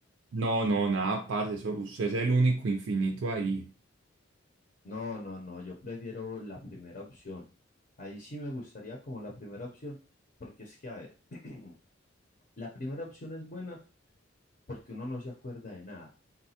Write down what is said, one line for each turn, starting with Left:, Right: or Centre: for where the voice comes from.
Right: No, no, nada, parce, eso- usted es el único infinito ahí.
Left: No, no, no, yo prefiero la primera opción. Ahí sí me gustaría como la primera opción, porque es que, a ver, <clears throat> la primera opción es buena porque uno no se acuerda de nada